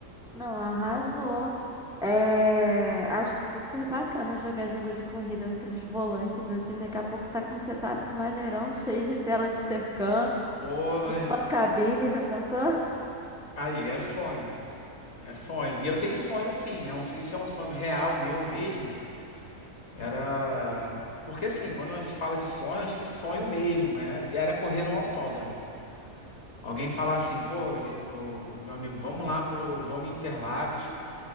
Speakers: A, in the centre; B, on the left.
A: não, arrasou. É, acho super bacana jogar jogo de corrida com aqueles volantes assim. Daqui a pouco tá com um setup maneirão, cheio de tela te cercando.
B: Pô, é-
A: Uma cabine, já pensou?
B: aí é sonho. É sonho. E eu tenho sonho sim. É um- isso é um sonho real meu mesmo. Era. Porque assim, quando a gente fala de sonho, acho que sonho mesmo. É, era correr no autódromo. Alguém falar assim, pô, ele- ô, meu amigo, vamos lá pro. Vamos em Interlagos.